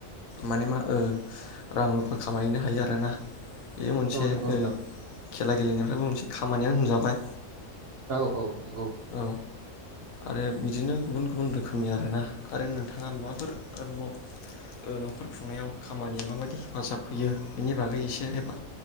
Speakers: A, on the left; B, on the right.
A: माने मा ओ रां रुफा खामायहैनो हायो आरोना। बे मोनसे
B: औ नंगौ नोंथां
A: ओ खेला गेलेनायफ्राबो मोनसे खामानियानो होनजाबाय
B: औ औ। नंगौ
A: औ आरो बिदिनो गुबुन गुबुन रोखोमनि आरो ना आरो नोंथाङा माबाफोर आरोबाव न'खर खुंनायाव खामानिया माबायदि हेफाजाब होयो बेनि बागै एसे एफा